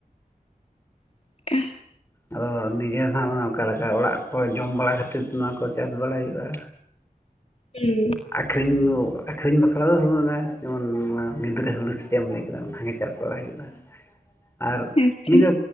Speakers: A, on the left; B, on the left.
A: <unintelligible>
B: ᱟᱫᱚ ᱱᱤᱡᱮ ᱫᱚ ᱦᱟᱜ ᱚᱠᱟ ᱞᱮᱠᱟ ᱚᱲᱟᱜ ᱠᱚ ᱡᱚᱢ ᱵᱟᱲᱟ ᱠᱷᱟᱹᱛᱤᱨ ᱱᱚᱣᱟ ᱠᱚ ᱪᱟᱥ ᱵᱟᱲᱟᱭ ᱦᱩᱭᱩᱜᱼᱟ
A: ᱦᱳᱭ
B: ᱟᱹᱠᱷᱨᱤᱧ ᱟᱹᱠᱷᱨᱤᱧ ᱵᱟᱠᱷᱨᱟ ᱫᱚ ᱢᱮ ᱡᱮᱢᱚᱱ ᱜᱤᱫᱽᱨᱟᱹ ᱦᱩᱞᱩᱥ ᱥᱮ ᱪᱮᱫ ᱮᱢ ᱞᱟᱹᱭ ᱠᱮᱫᱟ ᱚᱱᱟ ᱜᱮ ᱪᱟᱥ ᱵᱟᱲᱟᱭ ᱦᱩᱭᱩᱜᱼᱟ ᱟᱨ
A: ᱟᱪᱪᱷᱟ
B: ᱢᱤᱫᱟᱹ